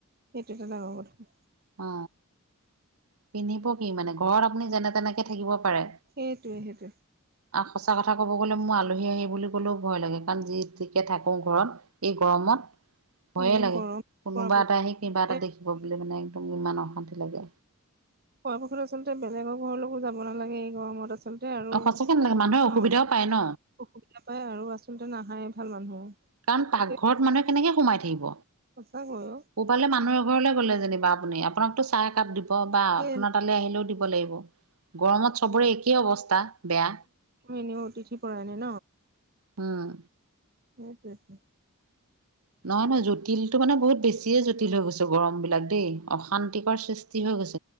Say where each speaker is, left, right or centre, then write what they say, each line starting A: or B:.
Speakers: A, on the right; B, on the right.
A: সেইটো এটা ডাঙৰ কথা।
B: অ পিন্ধিব কি মানে? ঘৰত আপুনি যেনে তেনেকে থাকিব পৰে
A: সেইটোৱে সেইটোৱে
B: আৰু সঁচা কথা কব লে মোৰ আলহী আহি বুলি ক'লেও ভয় লাগে। কাৰণ যি তিকে থাকো ঘৰত এই গৰমত।
A: অ
B: ভয়ে
A: এই
B: লাগে
A: গৰম
B: কোনোবা
A: পৰাপক্ষে
B: এটা আহি কিবা এটা দেখিব বুলি মানে। একদম ইমান অশান্তি লাগে।
A: আচলতে বেলেগৰ ঘৰৰলৈকো যাব নালাগে এই গৰমত। আচলতে আৰু
B: অ
A: অ
B: সঁচাকে নালাগে মানুহে অসুবিধাও
A: অসুবিধা
B: পায় ন
A: পায় আৰু আচলতে নাহায় ভাল মানুহ।
B: কাৰণ পাকঘৰত
A: এতিয়া
B: মানুহে কেনেকে সোমাই থাকিব
A: সঁচাকৈ অ
B: কবালে মানুহৰ ঘৰলৈ গ'লে যেনি বা আপুনি আপোনাকতো চাহ একাপ দিব বা
A: কেলে
B: আপোনাৰ তালৈ আহিলেও দিব লাগিব। গৰমত চবৰে একেই অৱস্থা। বেয়া
A: এনেও অতিথি পৰা নাই
B: হম
A: সেইটোৱেই
B: নহয় নহয় জটিলটো মানে বহুত বেছিয়ে জটিল হৈ গৈছে গৰম বিলাক দেই অশান্তিকৰ সৃষ্টি হৈ গৈছে।